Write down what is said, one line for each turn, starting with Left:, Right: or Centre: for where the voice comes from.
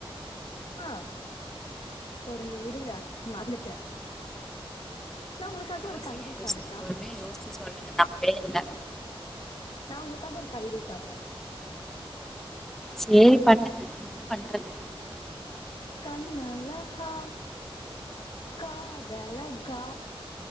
Left: ஆ பொரு நீ இருங்க மறந்துட்டே நா உங்களுக்காக
Centre: யோசிங்க
Left: ஒரு கவிதை
Centre: யோசிங்க
Left: பாடட்டா
Centre: பொறுமையா யோச்சி சொல்லுங்க தப்பேயில்ல
Left: நா உங்களுக்காக ஒரு கவிதை பாட்ற
Centre: சேரி பண்ணுங்க என்ன பண்றது
Left: கண்ணலஹா காதழகா